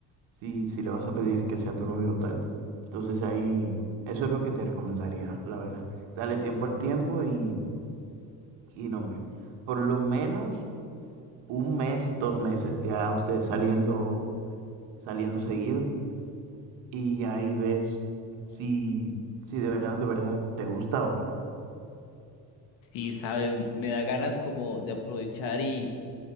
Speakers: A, on the right; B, on the left.
A: si, si le vas a pedir que sea tu novio o tal. Entonces ahí, eso es lo que te recomendaría, la verdad. Dale tiempo al tiempo y, y nombre. Por lo menos un mes, dos meses, ya ustedes saliendo, saliendo seguido y ahí ves si, si de verdad, de verdad te gusta o no.
B: Sí, saben, me da ganas como de aprovechar y...